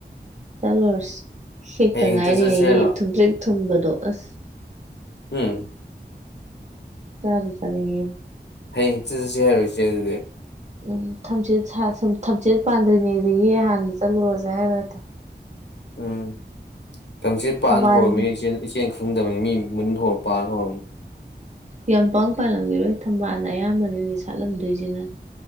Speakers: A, on the right (about 40°); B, on the left (about 75°).
A: ꯆꯠꯂꯨꯔꯁꯤ ꯍꯦꯛꯇ
B: ꯍꯌꯦꯡ
A: ꯉꯥꯏꯔꯤꯉꯩꯒꯤ
B: ꯆꯠꯁꯦ ꯍꯥꯏꯔꯣ
A: ꯊꯨꯝꯇ꯭ꯔꯤꯛ ꯊꯨꯝꯕꯗꯣ ꯑꯁ
B: ꯍꯨꯝ
A: ꯆꯥꯕꯨ ꯆꯥꯅꯤꯡꯉꯦꯅꯦ
B: ꯍꯌꯦꯡ ꯆꯠ ꯆꯠꯁꯤ ꯍꯥꯏꯔꯣ ꯏꯆꯦ ꯑꯗꯨꯗꯤ
A: ꯎꯝ ꯊꯝꯆꯦꯠ ꯁꯥ ꯁꯨꯝ ꯊꯝꯆꯦꯠ ꯄꯥꯟꯗ꯭ꯔꯤꯉꯩꯗꯒꯤ ꯍꯥꯟꯅ ꯆꯠꯂꯨꯔꯁꯦ ꯍꯥꯏꯔꯗ
B: ꯎꯝ ꯊꯝꯆꯦꯠ ꯄꯥꯟ
A: ꯊꯝꯕꯥꯜꯒꯤ
B: ꯍꯧꯔꯝꯃꯤ ꯏꯆꯦ ꯏꯆꯦꯅ ꯐꯪꯗꯕꯅꯤ ꯃꯤ ꯃꯨꯟ ꯊꯣꯛꯔꯛꯄ ꯍꯧꯔꯝꯅꯤ
A: ꯌꯥꯝ ꯄꯥꯡ ꯄꯥꯜꯂꯝꯒꯤꯔꯣꯏ ꯊꯝꯕꯥꯜꯅ ꯑꯌꯥꯝꯕꯅꯤꯗꯤ ꯁꯥꯠꯂꯝꯗꯣꯏꯖꯤꯅ